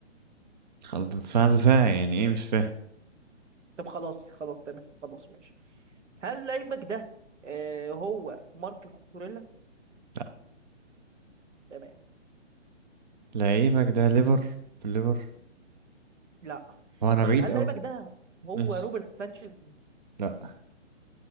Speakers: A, on the right (about 40°); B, on the right (about 80°).
A: خلاص دفاع دفاع يعني ايه مش فاهم
B: طب خلاص خلاص تمام خلاص ماشي هل لعيبك ده أه هو مارك كوكوريلا
A: لا
B: تمام
A: لعيبك ده ليفر في الليفر
B: لا
A: هو انا
B: طيب
A: بعيد
B: هل
A: اوي
B: لعيبك ده هو
A: ماشي
B: روبرت سانشيز
A: لا